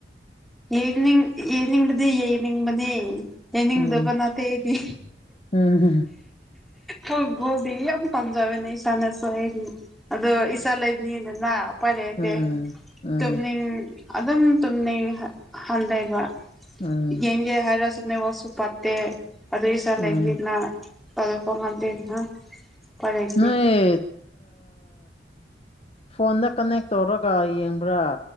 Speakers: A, in the centre; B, on the left.
A: ꯌꯦꯜꯅꯤꯡ ꯌꯦꯅꯤꯡꯗꯤ ꯌꯦꯜꯅꯤꯡꯕꯅ‌ꯦ ꯌ‌ꯦꯡꯅꯤꯡꯗꯕ
B: ꯎꯝ
A: ꯅꯠꯇꯦ ꯑꯩꯗꯤ
B: ꯎꯝ
A: ꯈ‌ꯣꯏꯒꯨꯗꯤ ꯌꯥꯝ ꯄꯥꯝꯖꯕꯦꯅꯦ ꯏꯁꯥꯅ ꯁ‌ꯣꯛꯑꯦꯗꯤ ꯑꯗꯣ ꯏꯁꯥ ꯂꯩꯕꯅꯤꯗꯅ ꯎꯄꯥꯏ ꯂꯩꯔꯛꯇ‌ꯦ
B: ꯎꯝ ꯎꯝ
A: ꯇꯨꯝꯅꯤꯡ ꯑꯗꯨꯝ ꯇꯨꯝꯅꯤꯡꯍꯟ ꯍꯟꯗ‌ꯦꯕ
B: ꯎꯝ
A: ꯌꯦꯡꯒꯦ ꯍꯥꯏꯔꯁꯨ ꯇꯨꯝꯅꯤꯡꯋꯥꯁꯨ ꯄꯠꯇꯦ ꯑꯗꯨ ꯏꯆꯥ ꯂꯩꯕꯅꯤꯅ
B: ꯎꯝ
A: ꯊꯥꯗ‌ꯣꯛꯄ ꯉꯝꯗꯦꯗꯅ ꯎꯄꯥꯏ ꯂꯩꯇꯦ
B: ꯅ‌ꯣꯏ ꯐꯣꯟꯗ ꯀꯟꯅꯦꯛ ꯇꯧꯔꯒ ꯌꯦꯡꯕ꯭ꯔꯥ